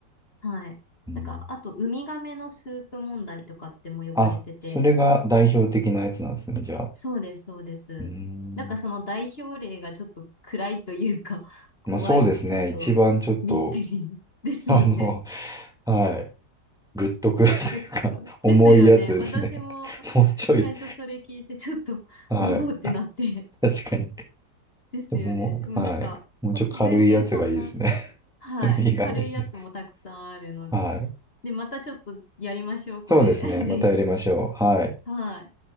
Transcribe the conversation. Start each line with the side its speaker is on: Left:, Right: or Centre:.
Left: はい。
Centre: うん、
Left: なんか、あと、ウミガメのスープ問題とかっても呼ばれてて、
Centre: あ、それが代表的なやつなんですね、じゃあ。
Left: そうです、そうです。
Centre: うん。
Left: なんかその代表例がちょっと暗いというか、<laughs> 怖い、
Centre: まあそうですね、
Left: ちょっとミステリー
Centre: 一番ちょっと、
Left: <laughs> ですよね。
Centre: あの、はい、グッとくるというか、
Left: なんか、
Centre: 重いやつですね。
Left: ですよね。私も
Centre: <laughs> もうちょい、
Left: 最初それ聞いてちょっと、
Centre: はい、
Left: <laughs> おおってなって
Centre: 確かに。
Left: <laughs>、ですよね。
Centre: もう、
Left: でもなんか、
Centre: はい、もうちょい軽いやつがいいですね。
Left: ほ全然そんな、
Centre: <laughs>
Left: はい、
Centre: 右側みじゃ
Left: 軽いやつもたくさんあるので。
Centre: ない。はい。
Left: で、またちょっとやりましょう、これ。
Centre: そうですね、
Left: <laughs>
Centre: またやりましょう。
Left: ぜひ。
Centre: はい。
Left: はい。